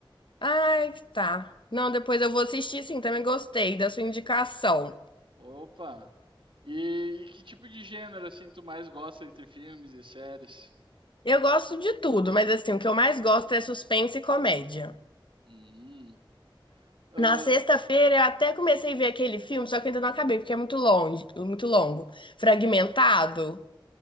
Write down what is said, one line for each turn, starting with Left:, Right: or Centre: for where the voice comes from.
Left: Ai, tá. Não, depois eu vou assistir, sim, também gostei da sua indicação.
Right: Opa. E, e que tipo de gênero, assim, tu mais gosta entre filmes e séries?
Left: Eu gosto de tudo, mas assim, o que eu mais gosto é suspense e comédia.
Right: Hum. Ah,
Left: Na sexta-feira eu até comecei a ver aquele filme, só que ainda não acabei, porque é muito longe, muito longo. Fragmentado.